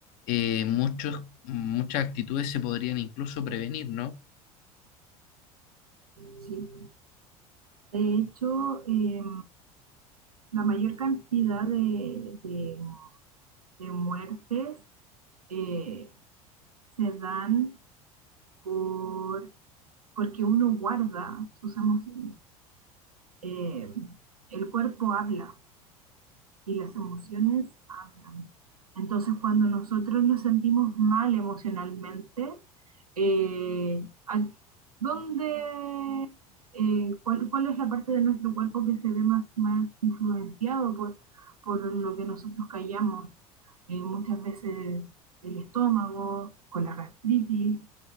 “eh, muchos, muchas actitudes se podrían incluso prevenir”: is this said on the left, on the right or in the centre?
Left